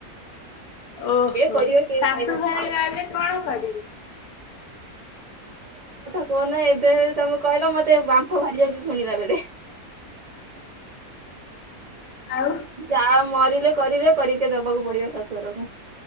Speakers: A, on the left (about 80°); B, on the right (about 40°).
A: ଓହୋ
B: କରିବ କିଏ
A: ଶାଶୁ
B: ଖାଇବା
A: ଘରେ
B: ଥାଉ।
A: ରହିଲେ କଣ କର
B: କନା ଏବେ। ଏ ତମେ କହିଲ ମତେ ବାମ୍ଫ ବାହାରି ଯାଉଛି ଶୁଣିଲା ବେଳେ।
A: ଆଉ
B: ଯା ମରିଲେ କରିଲେ କରିକି ଦବାକୁ ପଡିବ ଶାଶୁଘରକୁ।